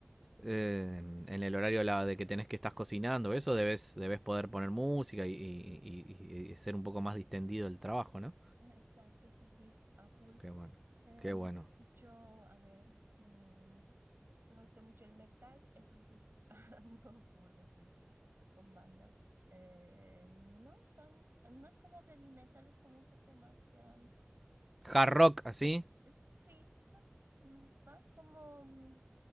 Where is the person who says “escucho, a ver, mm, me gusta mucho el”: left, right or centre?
Right